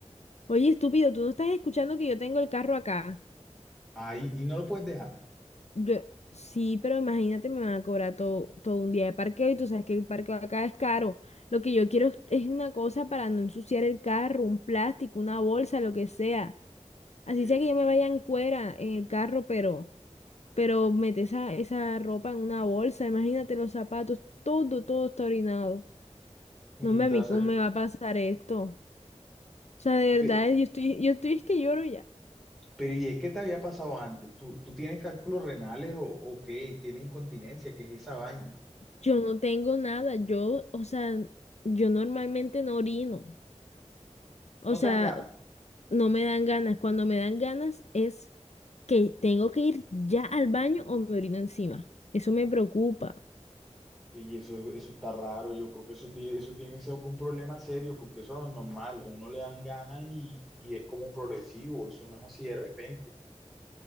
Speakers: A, on the left (about 65°); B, in the centre.
A: Oye, estúpido, tú no estás escuchando que yo tengo el carro acá.
B: Ahí, y no lo puedes dejar.
A: Yo, sí, pero imagínate, me van a cobrar todo, todo un día de parqueo y tú sabes que el parqueo acá es caro. Lo que yo quiero es una cosa para no ensuciar el carro, un plástico, una bolsa, lo que sea.
B: Sí,
A: Así sea que yo me vaya en cuera en el carro, pero. pero mete esa, esa ropa en una bolsa, imagínate los zapatos, todo, todo está orinado.
B: mm,
A: No, hombre,
B: das-
A: a mí cómo me va a pasar esto. O sea, de
B: pe-
A: verdad, yo estoy, yo estoy, es que lloro ya.
B: pero ¿y es que te había pasado antes? ¿Tú, tú tienes cálculos renales o, o qué? ¿Tienes incontinencia? ¿Qué es esa vaina?
A: Yo no tengo nada, yo, o sea, yo normalmente no orino. O
B: ¿No
A: sea,
B: te dan ganas?
A: no me dan ganas. Cuando me dan ganas es que tengo que ir ya al baño o me orino encima. Eso me preocupa.
B: Sí, eso, eso está raro. Yo creo que eso tiene, eso tiene que ser algún problema serio porque eso no es normal. A uno le dan ganas y, y es como progresivo. Eso no es así de repente.